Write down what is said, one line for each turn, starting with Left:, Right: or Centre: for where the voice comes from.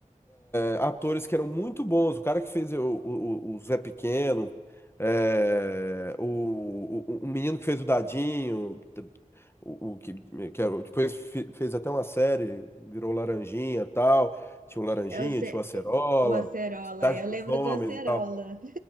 Left: é, atores que eram muito bons. O cara que fez eh, o, o, o Zé Pequeno, é, o, o, o menino que fez o Dadinho, o, o que, que era- depois fe- fez até uma série, virou Laranjinha e tal. Tinha o Laranjinha,
Right: É o, Ce-
Left: tinha o Acerola,
Right: o Acerola,
Left: Cidade
Right: eu lembro
Left: dos Homens
Right: da Acerola.
Left: e tal.